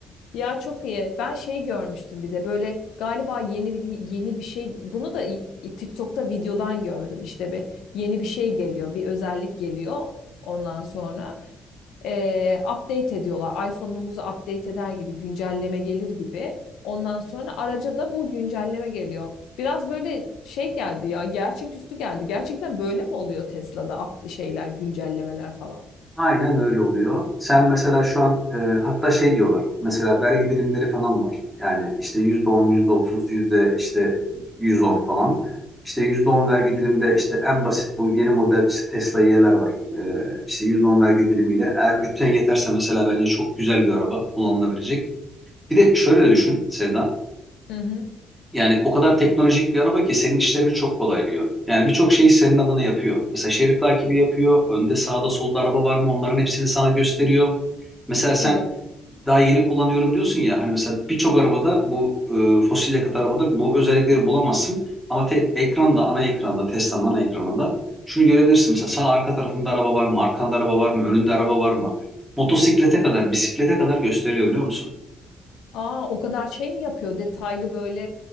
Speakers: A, on the left; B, in the centre.
A: Ya çok iyi. Ben şey görmüştüm bir de böyle galiba yeni bir yeni bir şey bunu da i- i- TikTok'ta videodan gördüm. İşte bir yeni bir şey geliyor, bir özellik geliyor ondan sonra. e, update ediyorlar. iPhone'umuzu update eder gibi güncelleme gelir gibi. Ondan sonra araca da bu güncelleme geliyor. Biraz böyle şey geldi ya, gerçeküstü geldi. Gerçekten böyle mi oluyor Tesla'da up- şeyler, güncellemeler falan?
B: Aynen öyle oluyor. Sen mesela şu an e, hatta şey diyorlar. Mesela vergi dilimleri falan var. Yani işte yüzde on, yüzde otuz, yüzde işte yüz on falan. İşte yüzde on vergi dilimde işte en basit bu yeni model işte Tesla Y'ler var. E, işte yüzde on vergi dilimiyle eğer bütçen yeterse mesela bence çok güzel bir araba kullanılabilecek. Bir de şöyle de düşün Sevda.
A: Hı hı.
B: Yani o kadar teknolojik bir araba ki senin işlerini çok kolaylıyor. Yani birçok şeyi senin adına yapıyor. Mesela şerit takibi yapıyor. Önde sağda solda araba var mı onların hepsini sana gösteriyor. Mesela sen
A: Evet.
B: daha yeni kullanıyorum diyorsun ya hani mesela birçok arabada bu e, fosil yakıt arabada bu özellikleri bulamazsın. Ama te- ekranda ana ekranda Tesla'nın ana ekranında şunu görebilirsin mesela sağ arka tarafında araba var mı? Arkanda araba var mı? Önünde araba var mı? Motosiklete kadar bisiklete kadar gösteriyor biliyor musun?
A: Aa, o kadar şey mi yapıyor? Detaylı böyle